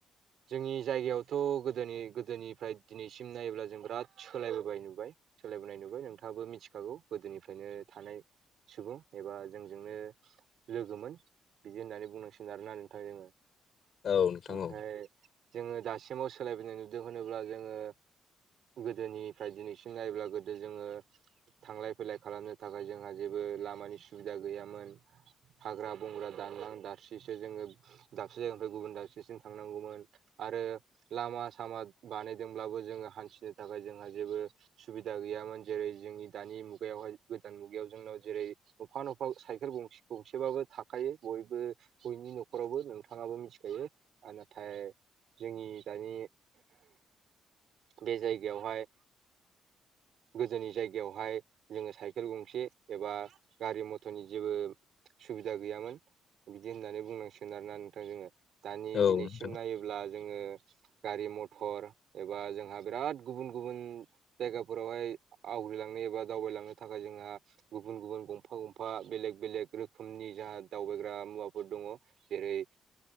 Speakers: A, on the right (about 70°); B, on the left (about 60°).
A: जोंनि जायगायावथ' गोदोनि गोदोनिफ्राय दिनैसिम नायोब्ला जों बिराद सोलायबोबाय नुबाय। सोलायबोनाय नुबाय नोंथाङाबो मिथिखागौ गोदोनिफ्रायनो थानाय सुबुं एबा जोंजोंनो लोगोमोन, बिदि होननानै बुंनांसिगोन आरोना नोंथां जोङो।
B: औ नोंथां
A: ओमफ्राय
B: औ
A: जोङो दासिमाव सोलायबोनाय नुदों होनोब्ला जोङो गोदोनिफ्राय दिनैसिम नायब्ला गोदो जोङो थांलाय फैलाय खालामनो थाखाय जोंहा जेबो लामानि सुबिदा गैयामोन। हाग्रा बंग्रा दानलां दारसिसो जोङो दाबसे जायगानिफ्राय गुबुन दाबसेसिम थांनांगौमोन। आरो लामा सामा बानायदोंब्लाबो जोङो हान्थिनो थाखाय जोंहा जेबो सुबिदा गैयामोन जेरै जोंनि दानि मुगायावहाय गोदान मुगायाव जोंनाव जेरै नफा नफा साइखेल गसे गंसेबाबो थाखायो बयबो बयनि न'खरावबो नोंथाङाबो दायो ओ नाथाय जोंनि दानि बे जायगायावहाय गोदोनि जायगायावहाय जोङो साइकेल गंसे एबा गारि मथरनि जेबो सुबिदा गैयामोन बिदि होननानै बुंनांसिगोन आरोना नोंथां जोङो दानि
B: औ
A: दिनैसिम
B: नोंथां
A: नायो अब्ला जोङो गारि मथर एबा जोंहा बिराद गुबुन गुबुन जायगाफोरावहाय आवग्रिलांनो एबा दावबायलांनो थाखाय जोंहा गुबुन गुबुन गंफा गंफा बेलेग बेलेग रोखोमनि जाहा दावबायग्रा मुवाफोर दङ जेरै